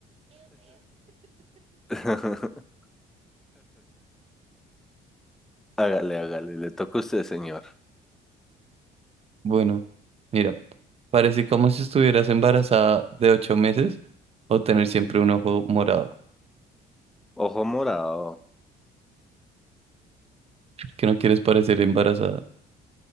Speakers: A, in the centre; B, on the right (about 35°).
A: <laughs> Hágale, hágale, le toca a usted, señor.
B: Bueno, mira, parece como si estuvieras embarazada de ocho meses o tener siempre un ojo morado. ¿Por
A: Ojo morado.
B: qué no quieres parecer embarazada?